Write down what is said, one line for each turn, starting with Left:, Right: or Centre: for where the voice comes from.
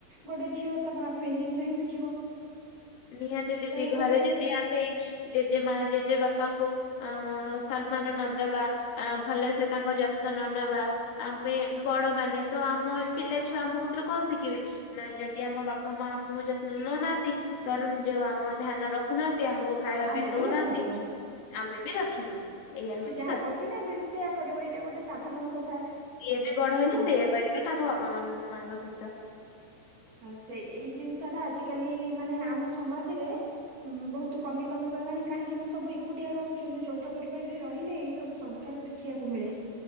Right: ଗୋଟେ ଝିଅ ତା ମା ଠୁ ଏଇ ଜିନିଷ ହିଁ ଶିଖିବ
Left: ନିହାତି ଦିଦି
Right: ତେଣୁକରି
Left: ଘରେ ଯଦି ଆମେ ଜେଜେ ମା ଜେଜେ ବାପାଙ୍କୁ ଅ ସମ୍ମାନ ନଦବା ଭଲସେ ତାଙ୍କ ଯତ୍ନ ନ ନେବା ଆମେ ବଡ ମାନେ ତ ଆମ ପିଲା ଛୁଆ ଆମ କତରୁ କଣ ଶିଖିବେ। ନା ଯଦି ଆମ ବାପା ମା ଆମକୁ ଯତ୍ନ ନଉନାହାନ୍ତି ତ ଯୋଉ ଆମ ଧ୍ୟାନ ରଖୁନାହାନ୍ତି, ଆମକୁ ଖାଇବା
Right: ଆମେ
Left: ପାଇଁ ଦଉନାହାନ୍ତି।
Right: ବି ରଖିବୁନି
Left: ଆମେ ବି ରଖିବୁନି, ଏଇଆ
Right: ସେ
Left: ହଉଚି
Right: ଯାହା
Left: କଥା।
Right: କରୁଛନ୍ତି ଆମେ ବି ସେଇୟା କରିବୁ ଏଇଟା ଗୋଟେ ସାଧାରଣ କଥା
Left: ଇଏ ବି ବଡ ହେଲେ
Right: ହଁ
Left: ସେଇଆ କରିବେ, ତାଙ୍କ ବାପା ମା ମାନଙ୍କ ସହିତ।
Right: ଆଉ ସେଇ, ଏଇ ଜିନିଷ ଟା ଆଜିିକାଲି ମାନେ ଆମ ସମାଜରେ ବହୁତ କମି କମି ଗଲାଣି, କାହିଁକି ନା ସବୁ ଏକୁଟିଆ ରହୁଚନ୍ତି ଯଉଥ ପରିବାରରେ ରହିଲେ, ଏଇ ସବୁ ସଂସ୍କାର ଶିଖିବାକୁ ମିଳେ।